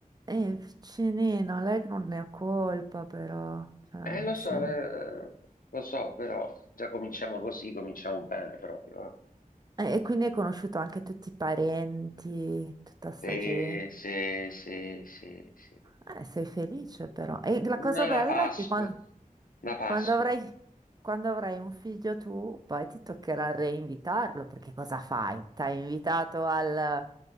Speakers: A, on the right; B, on the left.
A: E vicinina, lei che non ne ha colpa però, cioè,
B: Eh,
A: nel
B: lo so,
A: senso-
B: eh, lo so, però già cominciamo così, cominciamo bene proprio.
A: E, e quindi hai conosciuto anche tutti i parenti, tutta sta
B: eh.
A: gente.
B: Se, se, se, se, se.
A: Eh, sei felice però. E la
B: Una
A: cosa bella
B: Pasqua,
A: è che quan-
B: una Pasqua.
A: quando, avrai, quando avrai un figlio tu, poi ti toccherà reinvitarlo, perché cosa fai? T'hai invitato al